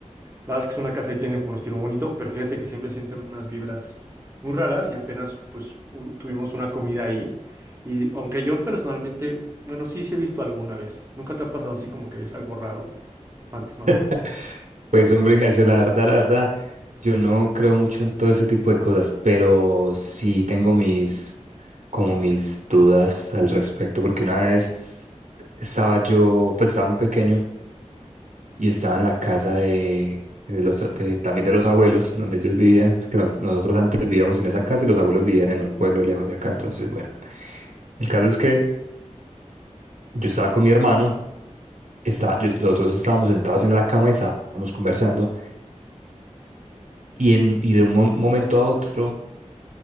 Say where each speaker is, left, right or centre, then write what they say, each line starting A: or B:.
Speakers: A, on the right (about 20°); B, on the right (about 85°).
A: La verdad es que es una casa y tiene un estilo muy bonito, pero fíjate que siempre sienten unas vibras muy raras y apenas pues u- tuvimos una comida ahí. Y aunque yo personalmente, bueno, sí, sí he visto alguna vez. ¿Nunca te ha pasado así como que ves algo raro? Fantasmagórico.
B: <laughs> Pues hombre Ignacio, la verdad, la verdad, yo no creo mucho en todo ese tipo de cosas, pero sí tengo mis, como mis dudas al respecto, porque una vez estaba yo, pues estaba muy pequeño y estaba en la casa de, de los, de- también de los abuelos, donde ellos vivían, que nos- nosotros antes vivíamos en esa casa y los abuelos vivían en un pueblo lejos de acá, entonces bueno, el caso es que yo estaba con mi hermano. está, yo- los dos estábamos sentados en la cama y estábamos conversando y, en, y de un mo- momento a otro